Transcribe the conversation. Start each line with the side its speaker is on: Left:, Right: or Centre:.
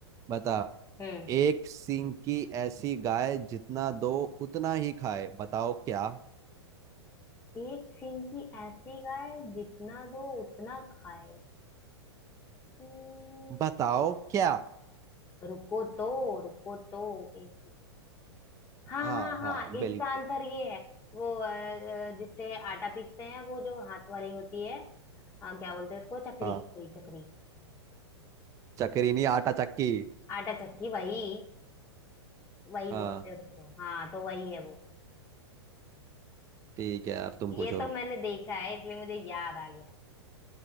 Right: बता
Left: हम्म
Right: एक सींग की ऐसी गाय जितना दो उतना ही खाए बताओ क्या
Left: एक सिंह की ऐसी गाय जितना दो उतना खाए हम्म,
Right: बताओ क्या
Left: रुको तो रुको तो एक हाँ
Right: हाँ
Left: हाँ हाँ
Right: हाँ बिल्कुल
Left: इसका आंसर ये है वो अ, अ, जिससे आटा पीसते हैं वो जो हाथ वाली होती है हाँ क्या बोलते हैं उसको चक्री
Right: हाँ
Left: चक्री चक्री
Right: चक्री नहीं आटा चक्की
Left: आटा चक्की वही वही
Right: हाँ
Left: बोलते हैं उसको हाँ तो वही है वो
Right: ठीक है अब तुम पूछो
Left: ये तो मैंने देखा है इसलिए मुझे याद आ गया